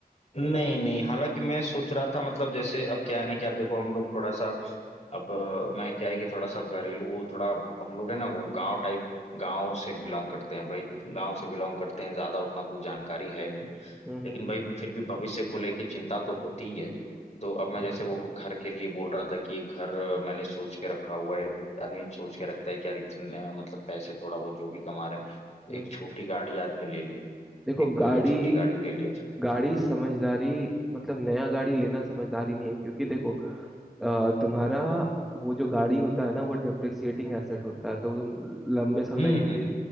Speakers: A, on the left; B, in the centre.
A: नहीं नहीं हालांकि मैं सोच रहा था मतलब जैसे अब क्या है ना कि यार देखो हम लोग थोड़ा सा अब अ, मैं क्या है कि थोड़ा सा घरेलू वो थोड़ा हम लोग है ना वो गांव टाइप गांव से बिलोंग करते हैं भाई गांव से बिलोंग करते हैं ज्यादा उतना कुछ जानकारी है नहीं
B: हम्म
A: लेकिन
B: हम्म,
A: भाई फिर भी भविष्य को लेके चिंता तो होती ही है तो अब मैं
B: हम्म।
A: जैसे वो घर के लिए बोल रहा था कि एक घर अ, मैंने सोच के रखा हुआ है आदमी सोच के रखता है कि यार इतने अ, मतलब पैसे थोड़ा वो जो भी कमा रहे हैं
B: हम्म।
A: एक छोटी गाड़ी आदमी ले ले
B: देखो
A: एक
B: गाड़ी
A: अ, छोटी गाड़ी ले ले
B: गाड़ी समझदारी मतलब नया गाड़ी लेना समझदारी नहीं है क्योंकि देखो अ, तुम्हारा वो जो गाड़ी होता है ना वो डिप्रिसिएटिंग एसेट होता है तो तुम लंबे समय
A: हम्म
B: के
A: हम्म
B: लिए